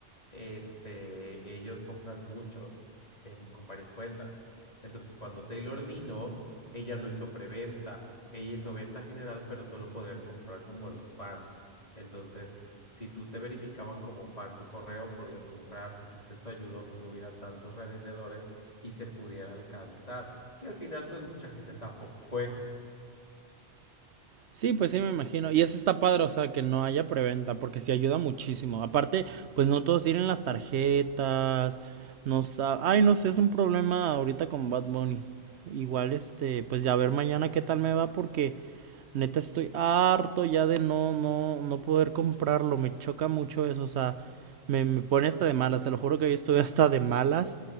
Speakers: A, on the left; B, on the right.
A: este, ellos compran muchos em, con varias cuentas. Entonces, cuando Taylor vino, ella no hizo preventa, ella hizo venta general, pero solo podrían comprar como los fans. Entonces, si tú te verificaban como fan tu correo, podías comprar. Entonces eso ayudó que no hubiera tantos revendedores y se pudiera alcanzar. Que al final pues mucha gente tampoco fue.
B: Sí, pues sí, me imagino. Y eso está padre, o sea, que no haya preventa, porque sí ayuda muchísimo. Aparte, pues no todos tienen las tarjetas, no sa- Ay, no sé, es un problema ahorita con Bad Bunny. Igual, este, pues ya a ver mañana qué tal me va, porque neta estoy harto ya de no, no, no poder comprarlo. Me choca mucho eso, o sea, me, me pone hasta de malas, te lo juro que hoy estuve hasta de malas.